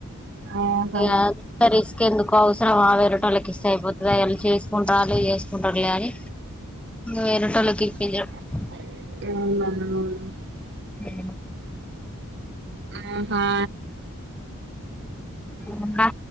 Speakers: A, on the right; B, in the centre.
A: ఆ ఆహా
B: ఇగ అంత రిస్క్ ఎందుకు అవసరమా వేరేటోళ్ళకి ఇస్తే అయిపోతది అన్ చేస్ కుంటాలీ చేసుకుంటారు కాని వేరేటోళ్ళకి ఇప్పించడం
A: <unintelligible>
B: ఏ
A: ఆహా
B: ఇంకా